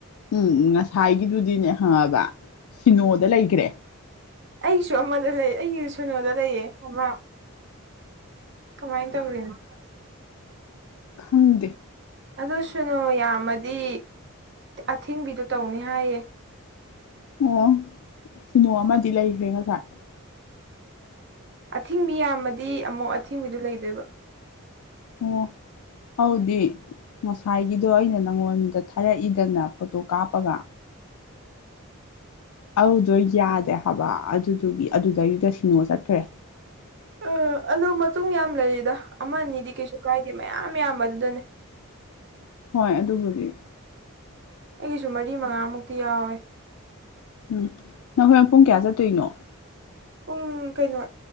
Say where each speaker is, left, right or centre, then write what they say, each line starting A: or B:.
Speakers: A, on the left; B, on the right.
A: ꯎꯝ ꯉꯁꯥꯏꯒꯤꯗꯨꯗꯤꯅꯦ ꯍꯪꯉꯕ ꯁꯤꯅꯣꯗ ꯂꯩꯈ꯭ꯔꯦ
B: ꯑꯩꯁꯨ ꯑꯃꯗ ꯂꯩ ꯑꯩꯒꯤꯁꯨ ꯁꯨꯅꯣꯗ ꯂꯩꯌꯦ ꯑꯃ ꯀꯃꯥꯏꯅ ꯇꯧꯔꯤꯅꯣ
A: ꯈꯝꯗꯦ
B: ꯑꯗꯨ ꯁꯅꯨ ꯌꯥꯝꯃꯗꯤ ꯑꯊꯤꯡꯕꯤꯗ ꯇꯧꯅꯤ ꯍꯥꯏꯌꯦ
A: ꯑꯣ ꯁꯤꯅꯣ ꯑꯃꯗꯤ ꯂꯩꯈ꯭ꯔꯦ ꯉꯁꯥꯏ
B: ꯑꯊꯤꯡꯕꯤ ꯌꯥꯝꯃꯗꯤ ꯑꯃꯨꯛ ꯑꯊꯤꯡꯕꯤꯗ ꯂꯩꯗꯣꯏꯕ
A: ꯑꯣ ꯍꯧꯗꯤ ꯉꯁꯥꯏꯒꯤꯗꯣ ꯑꯩꯅ ꯅꯪꯉꯣꯟꯗ ꯊꯥꯔꯛꯏꯗꯅ ꯐꯣꯇꯣ ꯀꯥꯞꯄꯒ ꯑꯗꯨꯗꯣ ꯌꯥꯗꯦ ꯍꯥꯏꯕ ꯑꯗꯨꯗꯨꯒꯤ ꯑꯗꯨꯗꯩꯗꯨꯗ ꯁꯤꯅꯣ ꯆꯠꯈ꯭ꯔꯦ
B: ꯑ ꯑꯂꯣ ꯃꯇꯨꯡ ꯌꯥꯝ ꯂꯩꯔꯤꯗ ꯑꯃꯅꯤ ꯑꯗꯤ ꯀꯩꯁꯨ ꯀꯥꯏꯗꯦ ꯃꯌꯥꯝ ꯌꯥꯝꯕ ꯑꯗꯨꯗꯅꯦ
A: ꯍꯣꯏ ꯑꯗꯨꯒꯕꯨꯗꯤ
B: ꯑꯩꯒꯤꯁꯨ ꯃꯔꯤ ꯃꯉꯥꯃꯨꯛꯇꯤ ꯌꯥꯎꯔꯦ
A: ꯎꯝ ꯅꯈꯣꯏ ꯄ ꯄꯨꯡ ꯀꯌꯥ ꯆꯠꯇꯣꯏꯅꯣ
B: ꯄꯨꯡ ꯀꯩꯅꯣ